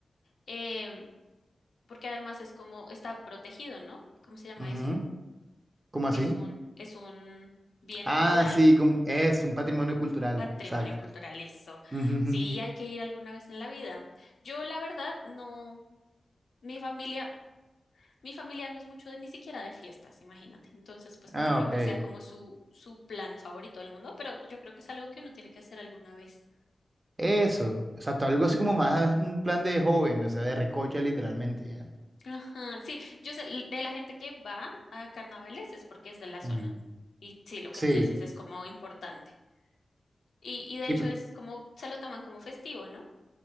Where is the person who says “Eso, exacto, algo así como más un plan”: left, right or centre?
Right